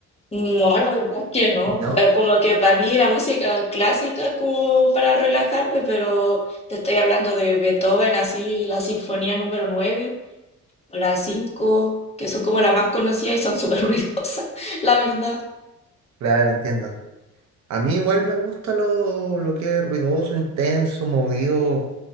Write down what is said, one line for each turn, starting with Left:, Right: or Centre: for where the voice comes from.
Left: No, la verdad es que no.
Right: ¿No?
Left: Eh, como que para mí la música clásica es como para relajarme, pero te estoy hablando de Beethoven, así, la sinfonía número nueve las cinco, que son como las más conocidas y son súper <laughs> ruidosas, la verdad.
Right: Claro, entiendo. A mí igual me gusta lo, lo que es ruidoso, intenso, movido,